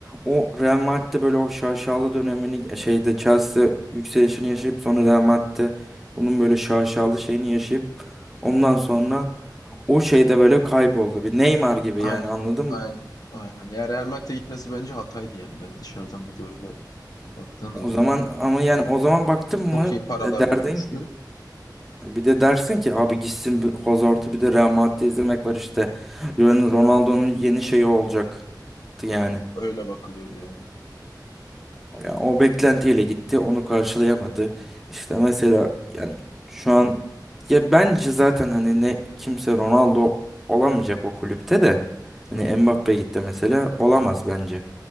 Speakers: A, in the centre; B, on the left.
A: o Real Madrid'de böyle o şaşalı dönemini e, şeyde Chelsea yükselişini yaşayıp sonra Real Madrid'de bunun böyle şaşalı şeyini yaşayıp ondan sonra o şeyde böyle kayboldu. Bir Neymar gibi
B: Aynen.
A: yani anladın mı?
B: Aynen. Aynen. Yani Real Madrid'e gitmesi bence hataydı yani. Ben dışarıdan bir gözle baktığım
A: O
B: zaman
A: zaman ama yani o zaman baktın mı
B: çok iyi paralar
A: e, derdin
B: dönmüştü.
A: ki bir de dersin ki abi gitsin bir Hazard'ı bir de Real Madrid'de izlemek var işte. Yani Ronaldo'nun yeni şeyi olacaktı yani.
B: Öyle bakılıyordu yani.
A: O, ya o beklentiyle gitti onu karşılayamadı. İşte mesela yani şu an ya bence zaten hani ne kimse Ronaldo olamayacak o kulüpte de. Hani
B: Hı hı.
A: Mbappe gitti mesela olamaz bence.